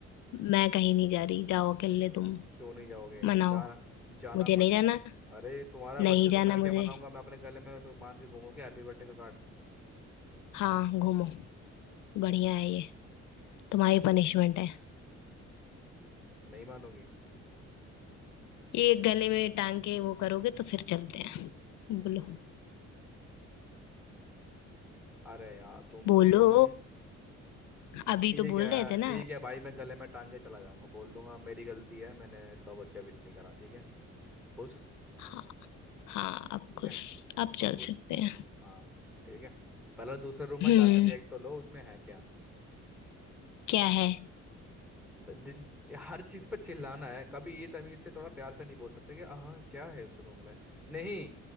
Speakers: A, on the left (about 75°); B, in the centre.
A: मैं कहीं नहीं जा रही जाओ अकेले तुम
B: क्यों नहीं जाओगे
A: मनाओ
B: जाना जाना
A: मुझे नहीं
B: पड़ेगा
A: जाना
B: अरे तुम्हारा
A: नहीं
B: बर्थडे
A: जाना
B: तो मैं
A: मुझे
B: क्या मनाऊंगा मैं अपने गले में बांध के घूमूंगा हैप्पी बर्थडे का कार्ड
A: हाँ घूमो बढ़िया है ये तुम्हारी पनिशमेंट है
B: नहीं मानोगी
A: ये गले में टांग के वो करोगे तो फिर चलते हैं बोलो
B: अरे यार तुम
A: बोलो
B: तुम
A: अभी
B: ठीक
A: तो बोल
B: है
A: रहे थे ना
B: ठीक है भाई मैं गले में टांग के चला जाऊंगा बोल दूंगा मेरी गलती है मैंने इसका बर्थडे विश नहीं करा ठीक है खुश
A: हाँ हाँ अब
B: ठीक
A: खुश
B: है
A: अब
B: और
A: चल
B: खुश
A: सकते हैं
B: हाँ ठीक है पहले दूसरे रूम में
A: हम्म
B: जाकर देख तो लो उसमें है क्या
A: क्या है
B: द- दि- हर चीज पर चिल्लाना है कभी ये तमीज से थोड़ा प्यार से नहीं बोल सकते कि हाँ क्या है उस रूम में नहीं